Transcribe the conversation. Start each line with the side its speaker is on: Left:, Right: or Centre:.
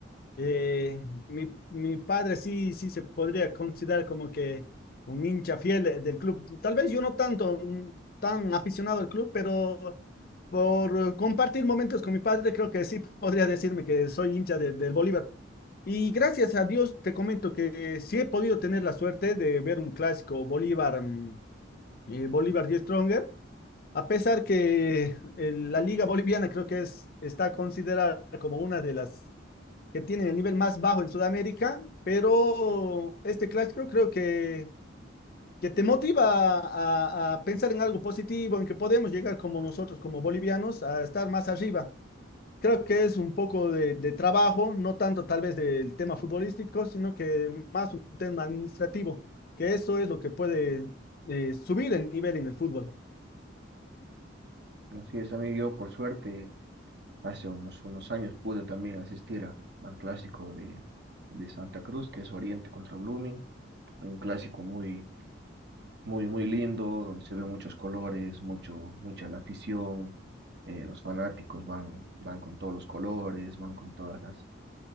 Left: Eh, mi, mi padre sí, sí se podría considerar como que un hincha fiel eh, del club. Tal vez yo no tanto, mm, tan aficionado al club, pero por eh, compartir momentos con mi padre, creo que sí podría decirme que soy hincha de- del Bolívar. Y gracias a Dios te comento que sí he podido tener la suerte de ver un clásico Bolívar, mm, eh, Bolívar Die Stronger. A pesar que el- la Liga Boliviana creo que es, está considerada como una de las que tienen el nivel más bajo en Sudamérica, pero este clásico creo que, que te motiva a, a pensar en algo positivo, en que podemos llegar como nosotros, como bolivianos, a estar más arriba. Creo que es un poco de, de trabajo, no tanto tal vez del tema futbolístico, sino que más un tema administrativo, que eso es lo que puede eh, subir el nivel en el fútbol.
Right: Así es, amigo, yo por suerte hace unos, unos años pude también asistir a- al clásico de, de Santa Cruz, que es Oriente contra Blooming, un clásico muy muy, muy lindo, donde se ve muchos colores, mucho, mucha la afición, eh, los fanáticos van, van con todos los colores, van con todas las,